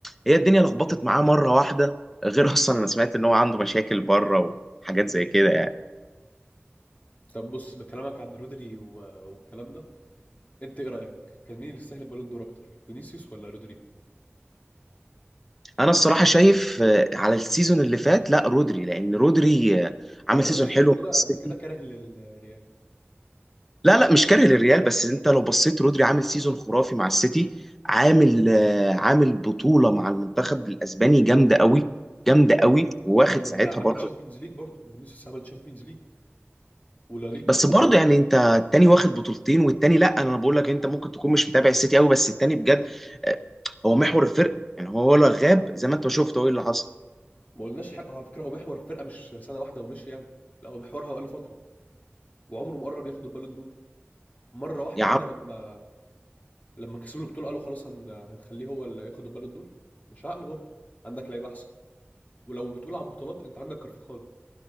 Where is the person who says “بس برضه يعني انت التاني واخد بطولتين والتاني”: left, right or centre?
Centre